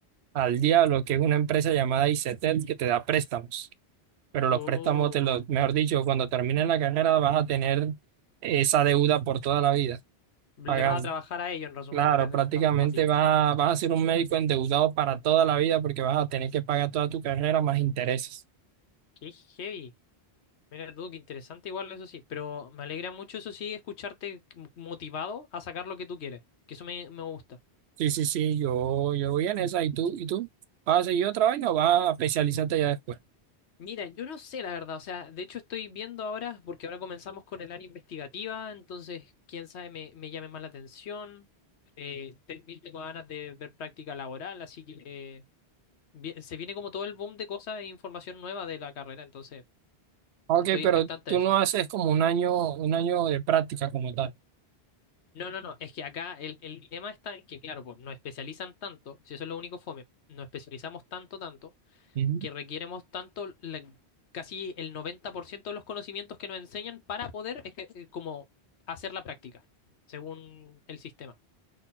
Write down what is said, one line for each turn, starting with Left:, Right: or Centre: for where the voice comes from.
Right: al diablo, que es una empresa llamada ICETEL que te da préstamos. Pero los
Left: Oh.
Right: préstamos, te los, mejor dicho, cuando termines la carrera vas a tener esa deuda por toda la vida
Left: Le
Right: pagando.
Left: vas a trabajar a ellos, en resumen,
Right: Claro,
Left: en vez de
Right: prácticamente
Left: trabajar para ti.
Right: vas, a- vas a ser un médico endeudado para toda la vida porque vas a tener que pagar toda tu carrera más intereses.
Left: Qué heavy. Mira tú, qué interesante igual, eso sí. Pero me alegra mucho, eso sí, escucharte m- motivado a sacar lo que tú quieres. Que eso me, me gusta.
Right: Sí, sí, sí, yo, yo voy en esa. ¿Y tú? ¿Y tú? ¿Vas a seguir otra vez o vas a especializarte ya después?
Left: Mira, yo no sé la verdad. O sea, de hecho estoy viendo ahora, porque ahora comenzamos con el área investigativa, entonces, quién sabe, me, me llame más la atención. Eh, te- tengo ganas de ver práctica laboral, así que eh, vi- se viene como todo el boom de cosas e información nueva de la carrera, entonces
Right: Ok,
Left: estoy
Right: pero
Left: expectante
Right: tú
Left: de eso.
Right: no haces como un año, un año de práctica como tal.
Left: No, no, no, es que acá el, el dilema está en que, claro, pues nos especializan tanto, si eso es lo único fome, nos especializamos tanto, tanto,
Right: Ujú.
Left: que requieremos tanto, la- casi el 90% de los conocimientos que nos enseñan para poder, es que, eh, como, hacer la práctica, según el sistema.